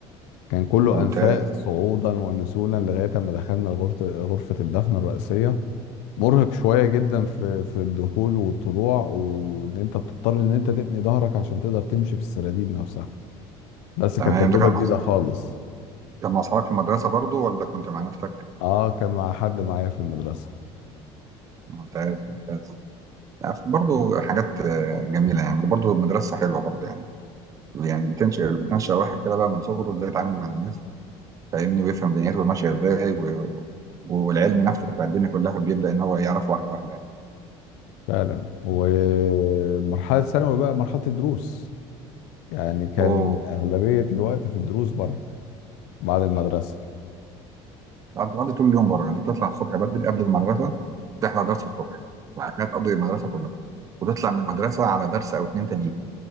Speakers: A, on the left (about 85°); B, on the right (about 30°).
A: كان كله
B: ممتاز
A: أنفاق صعودا ونزولا لغاية ما دخلنا غرفة غرفة الدفن الرئيسية مرهق شوية جدا في في الدخول والطلوع وان انت بتضطر ان انت تتني ظهرك عشان تقدر تمشي في السراديب نفسها بس
B: تمام
A: كانت تجربة
B: ده كان
A: جديدة
B: مع
A: خالص
B: كان مع اصحابك في المدرسه برضو ولا كنت مع نفسك
A: اه كان مع حد معايا في المدرسة
B: ممتاز ممتاز يعني برضو حاجات آه، جميله يعني برضو المدرسه حلوه برضو يعني يعني بتنشئ بتنشئ الواحد كده بقى من صغره ازاي يتعامل مع الناس فاهمني ويفهم دنيته ماشيه ازاي و... والعلم نفسه بتاع الدنيا كلها بيبدا ان هو يعرف واحده واحده يعني
A: فعلا ومرحلة ثانوي بقى مرحلة الدروس يعني كان
B: هو
A: أغلبية الوقت في الدروس بره بعد المدرسة
B: انت بتقضي طول اليوم بره انت بتطلع الصبح بدري قبل المدرسه تحضر درس الصبح وبعد كده تقضي المدرسه كلها وتطلع من المدرسه على درس او اتنين تانيين